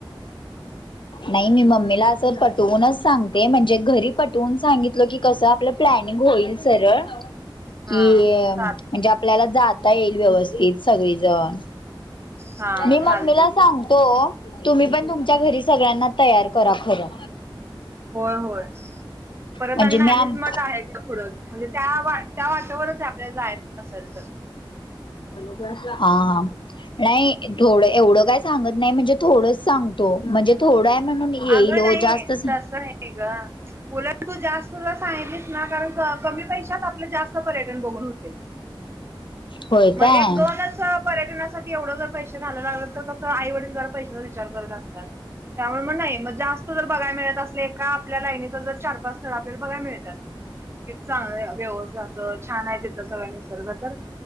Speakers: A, on the left (about 70°); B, on the right (about 30°).
A: नाई, मी मम्मीला असं पटवूनच सांगते, म्हणजे घरी पटवून सांगितलं, की कसं आपलं प्लॅनिंग होईल सरळ कि...
B: हा
A: अं...
B: चालते
A: म्हणजे आपल्याला जाता येईल व्यवस्थित, सगळीजण
B: हा
A: मी मम्मीला
B: चालते की
A: सांगतो... तुम्ही पण तुमच्या घरी सगळ्यांना तयार करा खरं
B: होय... होय... परत
A: म्हणजे
B: आणि <unintelligible>
A: मी
B: आहे
A: आम
B: पुढंच म्हणजे त्या वाय त्या वाटंवरच हाय... आपल्याला जायचं असल, तर
A: <inaudible> हा... नाई, थोडं... एवढं काय सांगत नाई... म्हणजे थोडं सांगतो म्हणजे थोडाय म्हणून येईल
B: अगं नाही
A: ओ जास्तच
B: तसं नाही ग उलट तू जास्त दर सांगलीस ना कारण क कमी पैशात आप आपलं जास्त पर्यटन बघून हुतील
A: होय
B: मगं
A: काय
B: एक, दोनच त पर्यटनासाठी एवढं जर पैशे घालाय लागलं तर कसं आई वडील जरा पैशाचा विचार करत असतात. त्यामुळे म नाही, मग जास्त जर बघाय मिळत असले एका आपल्या लाईनीत जर चार, पाच स्थळ आपल्याला बघाय मिळत्यात, कि चांगल व्यवस्थित असं छान हाय तिथं सगळ निसर्ग तर,